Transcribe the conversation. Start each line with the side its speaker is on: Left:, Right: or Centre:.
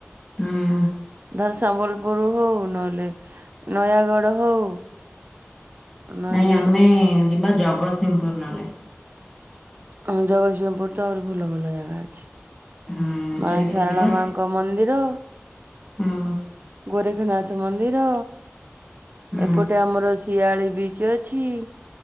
Centre: ହୁଁ।
Right: ଧର ସମ୍ବଲପୁର ହଉ, ନହେଲେ ନୟାଗଡ଼ ହଉ ନହେଲେ
Centre: ନାଇଁ ଆମେ ଯିବା ଜଗତସିଂହପୁର ନହଲେ।
Right: ହଁ ଜଗତସିଂହପୁର ତ ଆହୁରି ଭଲ ଭଲ ଜାଗା ଅଛି।
Centre: ହୁଁ
Right: ମା
Centre: ସେଇଠିକି
Right: ଶାରଳା
Centre: ଯିବା।
Right: ମାଙ୍କ ମନ୍ଦିର,
Centre: ହୁଁ
Right: ଗୋରେଖନାଥ ଥ ମନ୍ଦିର
Centre: ହୁଁ
Right: ଏପଟେ ଆମର ଶିଆଳି ବିଚ ଅଛି।